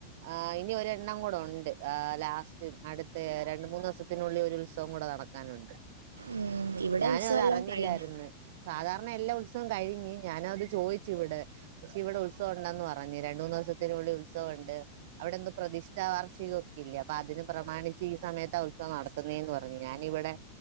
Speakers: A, on the right; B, on the right.
A: ആ ഇനി ഒരെണ്ണം കൂടെ ഉണ്ട് ആ ലാസ്റ്റ് അടുത്ത രണ്ട് മൂന്ന് വസത്തിനുള്ളിൽ ഒരു ഉത്സവം കൂടെ നടക്കാനുണ്ട്
B: ഉം, ഇവിടെ
A: ഞാനത്
B: ഉത്സവമെല്ലാം
A: അറിഞ്ഞില്ലായിരുന്നു
B: കഴിഞ്ഞു
A: സാധാരണ എല്ലാ ഉത്സവം കഴിഞ്ഞ് ഞാനും അത് ചോയ്ച്ച് ഇവിടെ ക്ഷെ ഇവിടെ ഉത്സവം ഉണ്ടന്ന് പറഞ്ഞു രണ്ട് മൂന്നോസത്തിനുള്ളി ഉത്സവണ്ട് അവിടെ ഇന്ന് പ്രതിഷ്ഠാ വാർഷികം ഒക്കെ ല്ല്യെ അപ്പൊ അതിന് പ്രമാണിച്ച് ഈ സമയത്താ ഉത്സവം നടത്തുന്നേന്ന് പറഞ്ഞു ഞാനിവിടെ